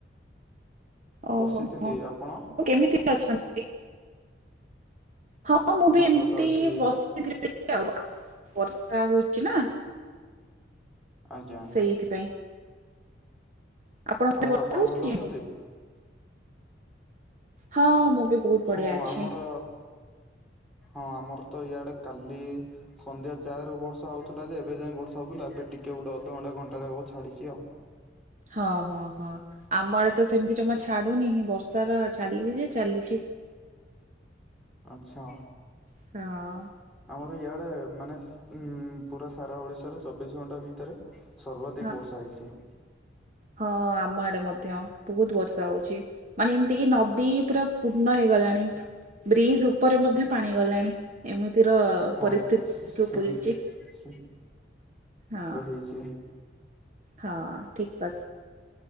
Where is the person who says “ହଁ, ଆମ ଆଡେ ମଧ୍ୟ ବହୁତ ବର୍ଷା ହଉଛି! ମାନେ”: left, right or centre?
Right